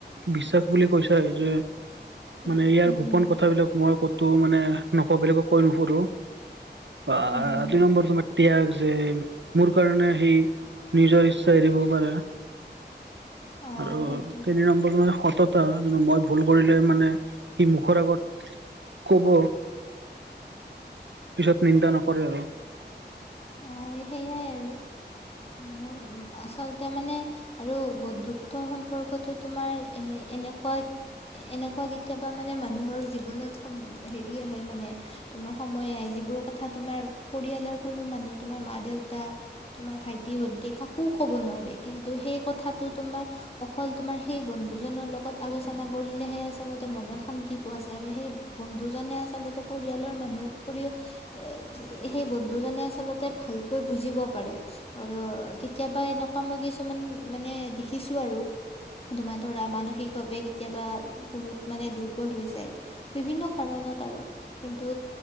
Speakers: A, on the right; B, on the left.
A: বিশ্বাস বুলি কৈছা এই যে
B: উম
A: মানে ইয়াৰ
B: উম
A: গোপন কথাবিলাক মই ক'তো মানে নকওঁবিলাকো কৈ নুফুৰো অ
B: উম
A: আ ন্বৰটো ম এতিাগ যে মোৰ কাৰণে সেই নিজৰ ইচ্ছা এৰিব পাৰে
B: অঁ
A: আৰু
B: সেইটোৱে
A: তিনি নম্বৰটো মানে সততাো মই ভুল কৰিলে মানে সি মুখৰ আগত ক'ব পিছত নিন্দা নকৰে আৰু
B: অ সেয়াই আৰু আচলতে মানে আৰু বন্ধুত্ব সম্পৰ্কতো তোমাৰ এ এনেকুৱা এনেকুৱা কেতিয়াবা মানে মানুহৰ জীৱনত সব হেৰি আহে মানে তোমাৰ সময় আহ যিবোৰ কথা তোমাৰ পৰিয়ালৰ কোনো মানুহ তোমাৰ মা দেউতা তোমাৰ ভাইটি সৈতে কাকো ক'ব নোৱাৰে কিন্তু সেই কথাটো তোমাৰ অকল তোমাৰ সেই বন্ধু জনৰ লগত আলোচনা কৰিলেহে আচল্ততে মনত শান্তি পোৱা যায় আৰু সেই বন্ধুজনে আচলতে পৰিয়ালৰ মানুহতকও সেই বন্ধুজনে আচলতে ভালকৈ বুজিব পাৰে আৰু কেতিয়াবা এনেকুৱা মই কিছুমান মানে দেখিছো আৰু তোমাৰ ধৰা মানসিকভাৱে কেতিয়াবা বহুত মানে দুৰ্বল হৈ যায় বিভিন্ন কাৰণত আৰু কিন্তু